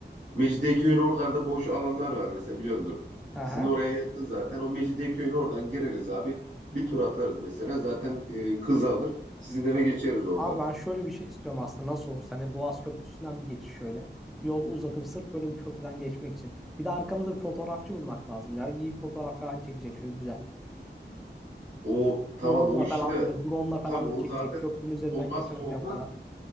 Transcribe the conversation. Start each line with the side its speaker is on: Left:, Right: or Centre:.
Right: Mecidiyeköy'ün oralarda boş alanlar var mesela biliyordur.
Centre: Aha.
Right: Sizin oraya yakın zaten. O Mecidiyeköy'ün oradan gireriz abi. Bir tur atarız mesela. Zaten e, kızı alır. Sizin eve geçeriz oradan.
Centre: Abi ben şöyle bir şey istiyorum aslında. Nasıl olursa hani Boğaz Köprüsü'nden bir geçiş şöyle. Yol uzatıp sırf böyle bir köprüden geçmek için. Bir de arkamızda bir fotoğrafçı bulmak lazım ya. İyi bir fotoğraf falan çekecek şöyle güzel.
Right: O tamam
Centre: Drone'la
Right: o işi
Centre: falan
Right: de
Centre: böyle drone'la falan
Right: tabii o
Centre: da çekecek.
Right: zaten
Centre: Köprünün üzerinden
Right: olmazsa
Centre: geçerken
Right: olmaz.
Centre: falan.